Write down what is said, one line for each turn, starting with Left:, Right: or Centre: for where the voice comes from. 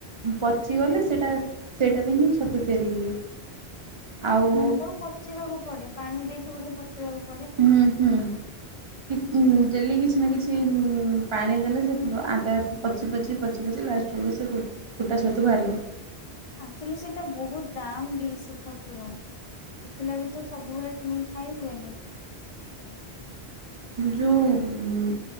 Right: ପଚିଗଲେ ସେଟା ସେଇଟାରେ ହିଁ ଛତୁ ତିଆରି ହୁଏ। ଆଉ
Left: ମାନେ ତାକୁ ପଚେଇିବାକୁ ପଡେ ପାଣି ଦେଇକି ବୋଧେ ପଚିବାକୁ ପ
Right: ହୁଁ ହୁଁ। ହୁଁ ହୁଁ ଡେଲି କିଛି ନା କିଛି ପାଣି ଦେଲେ ଯେ ଆପେ ଆପେ ପଚି ପଚି ପଚି ପଚି ଏନ୍ତୀ ଲାଷ୍ଟ ବେଳୁକୁ ସେ ଗୁ ଫୁଟା ଛତୁକୁ ଆରିବ।
Left: ଅକ୍ଚୋଲି ସେଇଟା ବହୁତ ଦାମ ବି ସେ ଛତୁର। ସେଥିଲାଗି ତ ସବୁବେଳେ କିଣିକି ଖାଇ ହୁଏନି।
Right: ଜଉ ଉଁ।